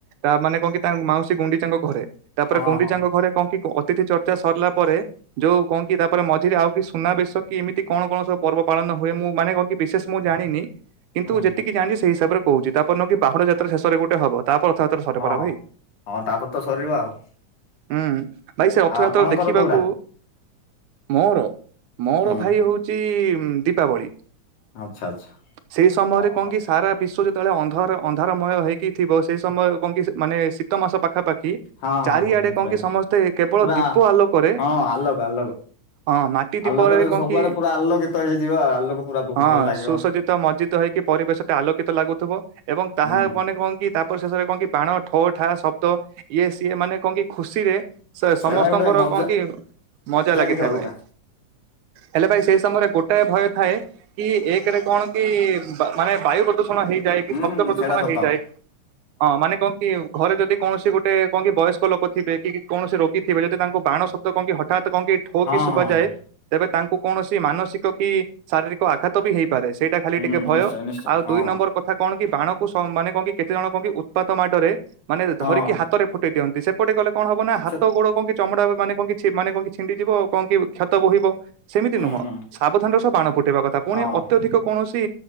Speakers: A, on the right (about 80°); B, on the left (about 80°).
A: ତା ମାନେ କଣ କି ତାଙ୍କ ମାଉସୀ ଗୁଣ୍ଡିଚାଙ୍କ ଘରେ ତାପରେ
B: ହଁ
A: ଗୁଣ୍ଡିଚାଙ୍କ
B: ହଁ
A: ଘରେ କଣ କି ଅତିଥି ଚର୍ଚ୍ଚା ସରିଲା ପରେ ଯୋଉ କହଣ କି ତାପରେ ମଝିରେ ଆଉ କି ସୁନାବେେଶ କି ଏମିତି କଣ କଣ ସବୁ ପର୍ବ ପାଳନ ହୁଏ ମୁଁ ମାନେ କଣ କି? ବିଶେଷ ମୁଁ ଜାଣିନି। କିନ୍ତୁ
B: ହୁଁ
A: ଯେତିକି
B: ହୁଁ।
A: ଜାଣିଛି ସେଇିସାବରେ କହୁଛି ତାପରେ ନ କି ବାହୁଡା଼ ଯାତ୍ରା ଶେଷରେ ଗୋଟେ ତାପରେ ରଥଯାତ୍ର ସରେପରା
B: ହଁ
A: ଭାଇ।
B: ହଁ ତାପରେ ତ ସରିବା ଆଉ।
A: ହୁଁ ଭାଇ ସେ ରଥଯାତ୍ରା
B: ଆଉ ଆପଣଙ୍କର
A: ଦେଖିବାକୁ
B: କୋଉଟା?
A: ମୋର ମୋର
B: ହୁଁ
A: ଭାଇ ହଉଛି ଦୀପାବଳି।
B: ଆଚ୍ଛା ଆଚ୍ଛା
A: ସେଇ ସମୟରେ
B: ହଉ
A: କଣ
B: ହଉ
A: କି ସାରା ବିଶ୍ଵ ଯେତେବେଳେ ଅନ୍ଧାର ଅନ୍ଧାରମୟ ହେଇକି ଥିବ ସେଇ ସମୟରେ କଣ କି ମାନେ ତ ମାସ ପାଖାପାଖି
B: ହଁ ହଁ
A: ଚାରିଆଡେ
B: ହଁ ନିଶ୍ଚୟ
A: କଣ କି
B: ନିଶ୍ଚୟ
A: ସମସ୍ତେ କେବଳ
B: ପୁରା
A: ଦୀପ ଆଲୋକରେ
B: ହଁ ଆଲୋକ ଆଲୋକ
A: ହଁ ମାଟି
B: ଆଲୋକରେ
A: ଦୀପରରେ କଣ
B: ସବୁଆଡେ
A: କି
B: ପୁରା ଆଲୋକିତ ହେଇଯିବ ଆଉ ଆଲୋକ ପୁରା
A: ହଁ
B: ଭଲ ଲାଗିବ।
A: ସୁସଜିତ ତ ମର୍ଜିଦ ହେଇକି ପରିବେଶ ଟା ଆଲୋକିତ ଲାଗୁଥିବ। ଏବଂ ତାହା
B: ହୁଁ
A: ମାନେ କଣ କି ତାପରେ ଶେଷରେ କଣ କି ବାଣ ଠ ଠା ଶବ୍ଦ ଇଏ ସିଏ ମାନେ କଣ କି ଖୁସିରେ ସେ
B: ସେଇଟା
A: ସମସ୍ତଙ୍କର
B: ଗୋଟେ ମଜା
A: କଣ କି ମଜା ଲାଗିଥାଏ
B: ଟିକେ ଅଲଗା।
A: ଭାଇ ହେଲେ ଭାଇ ସେଇ ସମୟରେ ଗୋଟାଏ ଭୟ ଥାଏ କି ଏକରେ କଣ କି ମାନେ ବାୟୁ ପ୍ରଦୂଷଣ ହେଇଯାଏ କି
B: ହୁଁ
A: ଶବ୍ଦ ପ୍ରଦୂଷଣ
B: ସେଇଟା ସତ
A: ହେଇଯାଏ ହଁ ମାନେ କଣ କି ଘରେ ଯଦି କୌଣସି ଗୋଟେ ଗୋଟେ କଣ କିି ବୟସ୍କ ଲୋକ ଥିବେ କି କୌଣସି ରୋଗୀ ଥିବେ ଯଦି ତାଙ୍କୁ ବାଣ ଶଦ୍ଦ କଣ କି ହଠାତ୍ କଣ କି ଠୋ
B: ହଁ
A: କି ଶୁଭାଯାଏ
B: ହଁ ହଁ।
A: ତେବେ ତାଙ୍କୁ କୌଣସି ମାନସିକ କି ଶାରୀରିକ ଆଘାତ ବି ହେଇପାରେ ସେଇଟା ଖାଲି
B: ହୁଁ
A: ଟିକେ ଭୟ
B: ନିଶ୍ଚୟ ନିଶ୍ଚୟ
A: ଆଉ
B: ହଁ
A: ଦୁଇ ନମ୍ବର କଥା କଣ କି ବାଣକୁ ମାନେ କଣ କି କେତେ ଜଣ କଣ କି ଉତ୍ପାତ ମାଡରେ ମାନେ
B: ହଁ
A: ଧରିକି ହ ତ ରେ ଫୁଟେଇ ଦିଅନ୍ତି ସେପଟେ ଗଲେ କଣ ହବ ନା ହାତ
B: ସେ
A: ଗୋଡ କଣ କି ଚମଡା ମାନେ କଣ ମାନେ କଣ କି ଛିଣ୍ଡିଯିବ ଆ କଣ କି କ୍ଷତ ବୋହିବ। ସେମିତି
B: ହୁଁ
A: ନୁହଁ
B: ହୁଁ
A: ସାବଧାନ ର ସହ ବାଣ ଫୁଟେଇବା କଥା ପୁଣି
B: ହଁ
A: ଅତ୍ୟଧିକ କୌଣସି